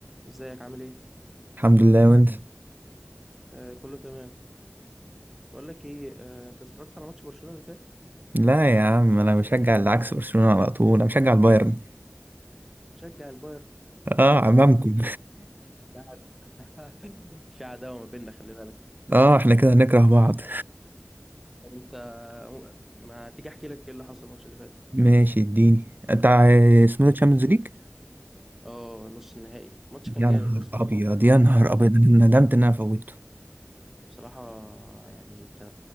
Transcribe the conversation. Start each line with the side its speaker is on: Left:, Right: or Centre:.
Centre: ازيك عامل ايه
Right: الحمد لله وانت
Centre: آه كله تمام بقول لك ايه آه انت اتفرجت على ماتش برشلونة اللي فات
Right: لا يا عم انا بشجع اللي عكس برشلونة على طول انا بشجع البايرن
Centre: شجع البايرن
Right: اه عمامكم
Centre: احنا <laughs> في عداوة ما بيننا خلي بالك
Right: <laughs> اه احنا كده هنكره بعض
Centre: طب انت ما تيجي احكي لك ايه اللي حصل الماتش اللي فات
Right: ماشي اديني انت ع- اسمه ده تشامبيونز ليج
Centre: اه نص النهائي الماتش كان
Right: يا
Centre: جامد
Right: نهار
Centre: اصلا
Right: ابيض يا نهار
Centre: آه
Right: ابيض انا ندمت ان انا فوتته
Centre: بصراحة يعني انت